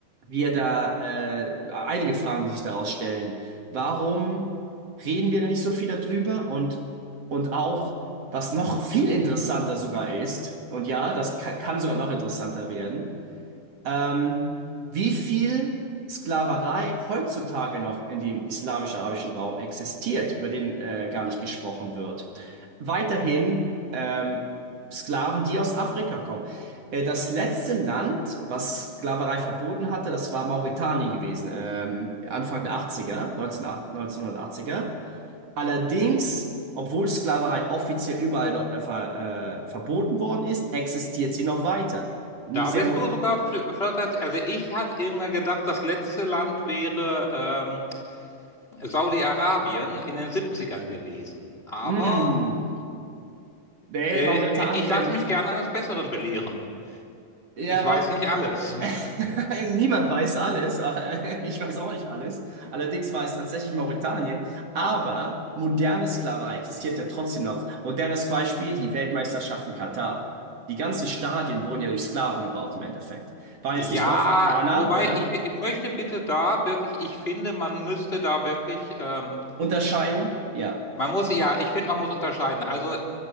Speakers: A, on the right; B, on the left.
A: wir da, äh, einige Fragen, die sich daraus stellen. Warum reden wir da nicht so viel darüber? Und, und auch, was noch viel interessanter sogar ist, und ja, das kann, kann sogar noch interessanter werden, ähm, wie viel Sklaverei heutzutage noch in dem islamisch-arabischen Raum existiert, über den äh, gar nicht gesprochen wird. Weiterhin ähm, Sklaven, die aus Afrika kommen. Äh, das letzte Land, was Sklaverei verboten hatte, das war Mauretanien gewesen, ähm, Anfang der Achtziger, er 1980, Allerdings, obwohl Sklaverei offiziell überall dort, äh, ver, äh, verboten worden ist, existiert sie noch weiter.
B: Da
A: Sehr
B: bist
A: mo
B: du sogar fl- flotter. Also ich hatte immer gedacht, das letzte Land wäre ähm, Saudi-Arabien in den Siebzigern gewesen. Aber
A: mm. Nee,
B: äh,
A: Mauretanien.
B: äh, ich lasse mich gerne eines Besseren belehren.
A: Ja,
B: Ich
A: Mau
B: weiß nicht alles.
A: <laughs>
B: <laughs>
A: niemand weiß alles. <laughs> Ich weiß auch nicht alles. Allerdings war es tatsächlich Mauretanien. Aber moderne Sklaverei existiert ja trotzdem noch. Modernes Beispiel, die Weltmeisterschaften Katar. Die ganzen Stadien wurden ja durch Sklaven gebaut im Endeffekt. Waren
B: Ja,
A: jetzt nicht nur Afrikaner,
B: wobei
A: ne?
B: ich möchte bitte da wirklich, ich finde, man müsste da wirklich, ähm,
A: Unterscheidung, ja.
B: man muss, ja, ich finde, man muss unterscheiden. Also